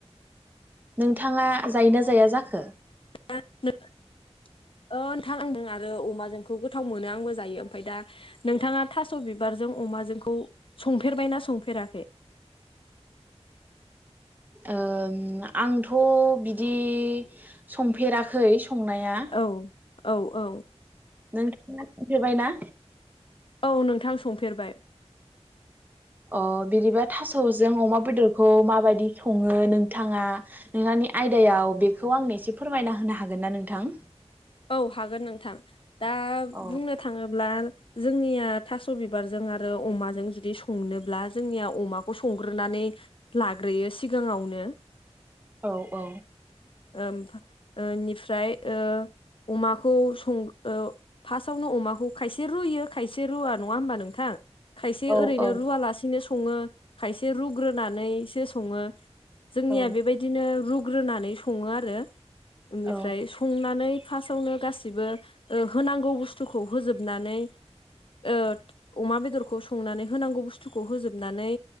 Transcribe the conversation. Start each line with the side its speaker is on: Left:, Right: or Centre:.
Right: नोंथाङा जायोना जाया जाखो?
Left: <inaudible> ओ नोंथां आं आरो अमाजोंखौ गोथाव मोनो आंबो जायो ओमफ्राय दा नोंथाङा थास' बिबारजों अमाजोंखौ संफेरबायना संफेराखै?
Right: ओम आंथ' बिदि संफेराखै संनाया
Left: औ औ औ।
Right: नोंथाङा संफेरबायना।
Left: औ नोंथां संफेरबाय।
Right: अ बिदिबा थास'जों अमा बेदरखौ माबायदि सङो नोंथाङा नोंथांनि आयदायाव बेखौ आंनो एसे फोरमायना होनो हागोन ना नोंथां।
Left: औ हागोन नोंथां। दा
Right: औ
Left: बुंनो थाङोब्ला जोंनिया थास' बिबारजों आरो अमाजों जुदि संनोब्ला जोंनिया अमाखौ संग्रोनानै लाग्रोयो सिगाङावनो।
Right: औ औ।
Left: ओमफा बेनिफ्राय ओ अमाखौ सं फार्स्टआवनो अमाखौ खायसे रुयो खायसे रुवा नङा होमबा नोंथां खायसे
Right: औ
Left: ओरैनो
Right: औ
Left: रुवालासिनो सङो। खायसे रुग्रोनानैसो सङो। जोंनिया
Right: औ
Left: बेबायदिनो रुग ग्रोनानै सङो आरो बेनिफ्राय
Right: औ
Left: संनानै। फार्स्टावनो गासिबो ओ होनांगौ बुस्थुखौ होजोबनानै। ओ अमा बेदर खौ संनानै होनांगौ बुस्थुखौ होजोबनानै